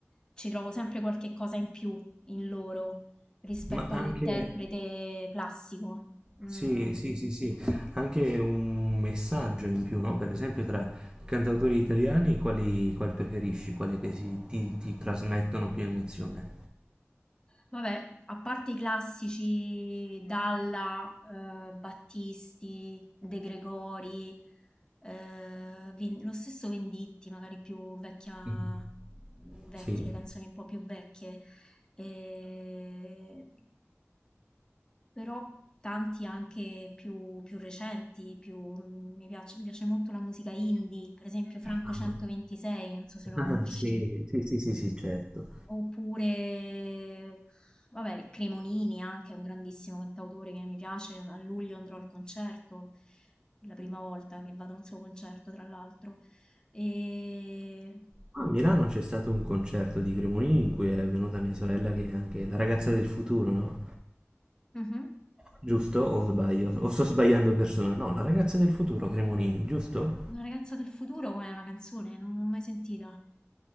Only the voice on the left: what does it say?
ci trovo sempre qualche cosa in più in loro rispetto
all'interprete classico. Mm,
Vabbè, a parte i classici Dalla, eh, Battisti, De Gregori, eh, Ven- lo stesso Venditti, magari più vecchia,
vecchie,
le canzoni un po' più vecchie, eh, però tanti anche più, più recenti, più, mi piace, mi piace molto la musica indie, per esempio Franco
126, non so se
lo conosci.
Oppure, vabbè, il Cremonini anche è un grandissimo cantautore che mi piace. A luglio andrò al concerto, la prima volta che vado a un suo concerto, tra l'altro. E...
Mhm.
Una ragazza del futuro è una canzone, non l'ho mai sentita.